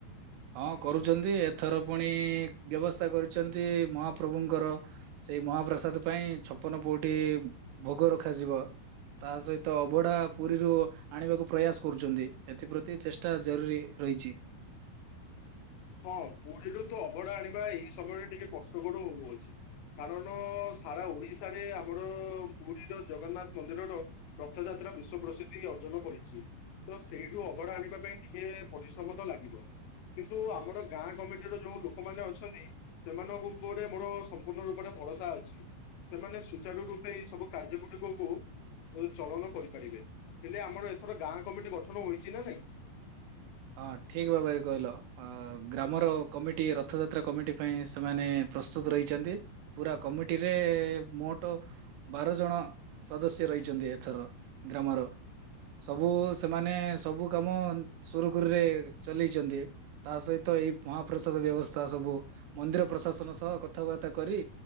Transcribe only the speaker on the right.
ହଁ କରୁଛନ୍ତି ଏଥର ପୁଣି ବ୍ୟବସ୍ଥା କରିଛନ୍ତି ମହାପ୍ରଭୁଙ୍କର ସେଇ ମହାପ୍ରସାଦ ପାଇଁ ଛପନ ପଉଟି ଭୋଗ ରଖାଯିବ। ତା ସହିତ ଅଭଢା ପୁରୀରୁ ଆଣିବାକୁ ପ୍ରୟାସ କରୁଛନ୍ତି। ଏଥିପ୍ରତି ଚେଷ୍ଟା ଜରୁରୀ ରହିଛି।
ହଁ ଠିକ ଭାବରେ କହିଲ ଗ୍ରାମର କମିଟି ରଥଯାତ୍ରା କମିଟି ପାଇଁ ସେମାନେ ପ୍ରସ୍ତୁତ ରହିଛନ୍ତି ପୁରା କମିଟିରେ ମୋଟ ବାର ଜଣ ସଦସ୍ୟ ରହିଛନ୍ତି ଏଥର ଗ୍ରାମର ସବୁ ସେମାନେ ସବୁ କାମ ସୁରୁଖୁରୁରେ ଚଲେଇଛନ୍ତି ତା ସହିତ ଏଇ ମହାପ୍ରସାଦ ବ୍ୟବସ୍ଥା ସବୁ ମନ୍ଦିର ପ୍ରସା ଶାସନ ସହ କଥାବାର୍ତ୍ତା କରି